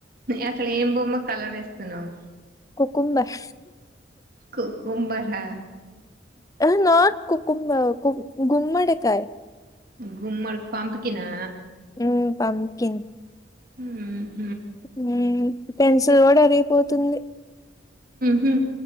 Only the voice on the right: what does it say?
అసలు ఏం బొమ్మ కలరేస్తున్నావు
కు కుంబర్ ఆ
గుమ్మడికి పంప్ కినా
హమ్
హ